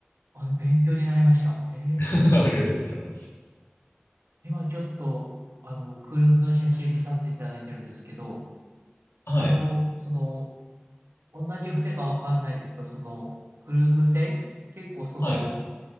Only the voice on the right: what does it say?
あの、勉強になりました。へえ。
今ちょっと、あの、クルーズの写真見させていただいてるんですけど、
あの、その、同じ船かわかんないですが、その、クルーズ船、結構その、